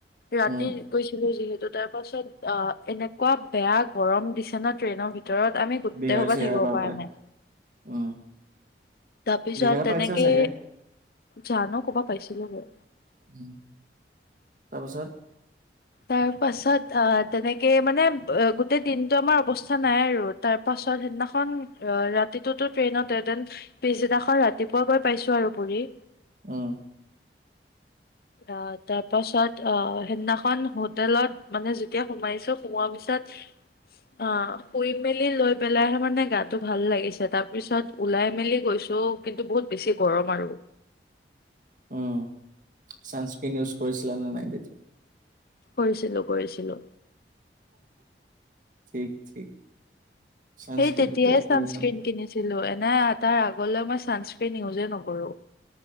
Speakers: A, on the left (about 55°); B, on the right (about 45°).
A: ৰাতি
B: উম
A: গৈছিলো যিহেতু তাৰ পাছত অ‌ এনেকুৱা বেয়া গৰম দিছে ন ট্ৰেইনৰ ভিতৰত আমি গোটেই
B: বিহাৰ
A: সোপো
B: চিহাৰ
A: থাকিব
B: পাওঁতে
A: পাৰা নাই।
B: উম
A: তাৰপিছত
B: বিহাৰ
A: তেনেকে
B: পাইছা চাগে
A: জানো ক'বা পাইছিলো গৈ।
B: উম তাৰপাছত?
A: তাৰ পাছত অ তেনেকে মানে অ গোটেই দিনটো আমাৰ অৱস্থা নাই আৰু তাৰ পাছ ছত সেইদনাখন অ ৰাতিটোতো ট্ৰেইনতে, দেন পিছদিনাখন ৰাতিপুৱা গৈ পাইছো আৰু পুৰী।
B: উম।
A: অ তাৰ পাছত অ সেইদনাখন হোটেলত মানে যেতিয়া সোমাইছোঁ সোমোৱা পিছত ছত অ' শুই মেলি লৈ পেলাইহে মানে গাটো ভাল লাগিছে, তাৰ পিছত ওলাই মেলি গৈ গৈছো কিন্তু বহুত বেছি গৰম আৰু।
B: উম। ছানস্ক্ৰিন ইউজ কৰিছিলা নে নাই তেতিয়া?
A: কৰিছিলোঁ কৰিছিলোঁ।
B: ঠিক ঠিক। চানস্ক্ৰীনটো
A: সেই তেতিয়াই
B: বিৰাট প্ৰয়োজন
A: চানস্ক্ৰীণ কিনিছিলো, এনে তাৰ আগলৈ মই ছানস্ক্ৰীন ইউজেই নকৰোঁ।